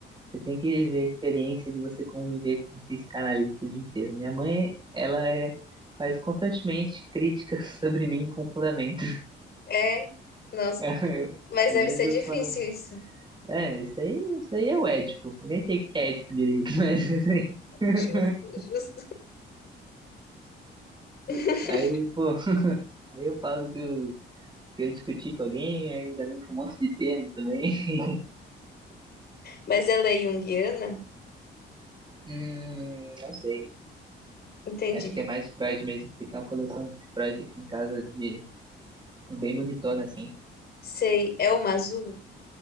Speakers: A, on the right (about 25°); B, on the left (about 55°).
A: você tem que viver a experiência de você conviver com um psicanalista o dia inteiro. Minha mãe, ela é, faz constantemente críticas <laughs> sobre mim com fundamento.
B: É.
A: <laughs>
B: Nossa.
A: Eu-
B: Mas
A: às
B: deve
A: vezes
B: ser
A: eu
B: difícil
A: falo.
B: isso.
A: É, isso aí, isso aí é o Édipo. Nem sei o que é Édipo direito, <laughs> mas isso aí. <laughs>
B: Justo, justo. <laughs>
A: Aí, pô, aí eu falo que eu, que eu discuti com alguém, aí já vem com um monte de termo também. <laughs>
B: Mas ela é junguiana?
A: Hum, não sei.
B: Entendi.
A: Acho que é mais Freud mesmo, porque tem uma coleção de Freud aqui em casa de bem bonitona, assim.
B: Sei. É uma azul?